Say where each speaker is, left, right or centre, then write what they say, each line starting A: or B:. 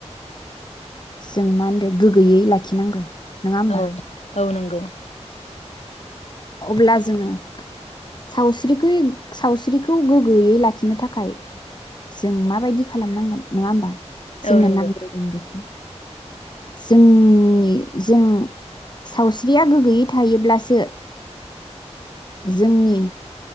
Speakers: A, on the left; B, on the left.
A: जों मा होनदो गोगोयै लाखिनांगौ। नोङा होमबा?
B: औ औ नोंगौ।
A: अब्ला जोङो सावस्रिखै सावस्रिखौ गोगोयै लाखिनो थाखाय जों माबायदि खालामनांगोन नोङा होमबा। जोंनो
B: औ नंगौ
A: नांग्रोगोन बेखौ। जोंनि जों सावस्रिया गोगोयै थायोब्लासो जोंनि